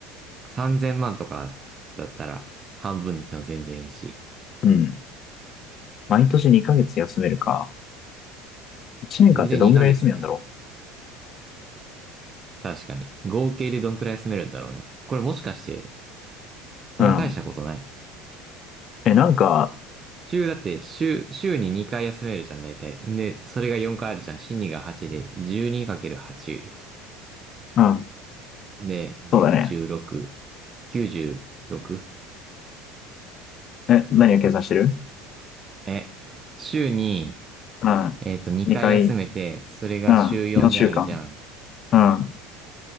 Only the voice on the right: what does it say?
3000万とかだったら半分だっても全然いいし、
言うで2ヶ月。確かに。合計でどんくらい休めるんだろうね。これもしかして、あんま大したことない
週だって、週、週に2回休めるじゃん、大体。んで、それが4回あるじゃん。週2が8で、12×8。
で、にひゃ
くじゅうん。216、96?
え、週に、
えっと、2回休めて、
それが週4であるじゃん。